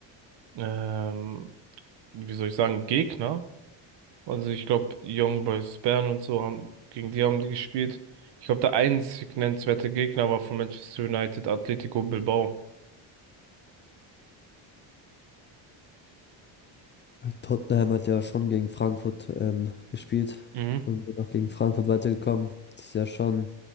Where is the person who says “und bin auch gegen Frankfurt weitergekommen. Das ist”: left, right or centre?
Left